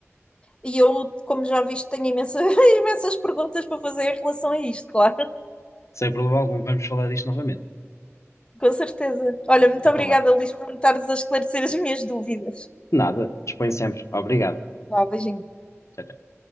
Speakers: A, on the left; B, on the left.
A: E eu, como já viste, tenho imensas, <laughs> imensas perguntas para fazer em relação a isto, claro.
B: Sem problema algum, vamos falar disto novamente.
A: Com certeza. Olha, muito
B: Então
A: obrigada,
B: vá.
A: Luís, por me estares a esclarecer as minhas dúvidas.
B: Nada, dispõe sempre. Obrigado.
A: Vá, beijinho.
B: Tchau, tchau.